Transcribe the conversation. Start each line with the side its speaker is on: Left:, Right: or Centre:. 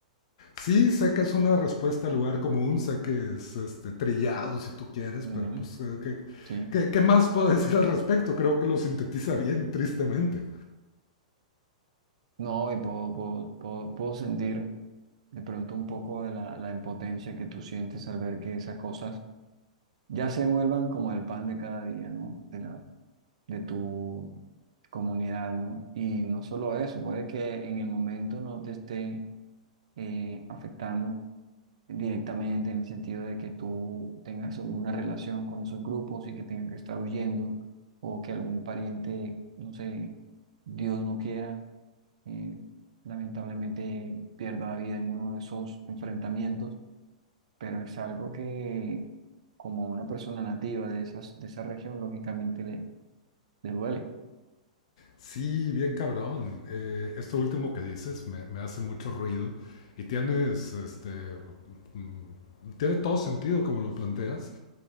Left: Sí, sé que es una respuesta al lugar común, sé que es este, trillado si tú quieres,
Right: Ujú,
Left: pero pues eh, ¿qué,
Right: sí.
Left: qué, qué más puedo decir al respecto? Creo que lo sintetiza bien, tristemente.
Right: No, y puedo, puedo, puedo, puedo sentir de pronto un poco de la, la impotencia que tú sientes al ver que esas cosas ya se vuelvan como el pan de cada día, ¿no? De la, de tu comunidad, ¿no? Y no solo eso, puede que en el momento no te esté eh, afectando directamente en el sentido de que tú tengas alguna relación con esos grupos y que tengan que estar huyendo o que algún pariente, no sé, Dios no quiera, eh, lamentablemente pierda la vida en uno de esos enfrentamientos pero es algo que como una persona nativa de esas, de esa región, lógicamente le, le duele.
Left: Sí, bien cabrón. Eh, esto último que dices me, me hace mucho ruido y tienes, este, mm, tiene todo sentido como lo planteas.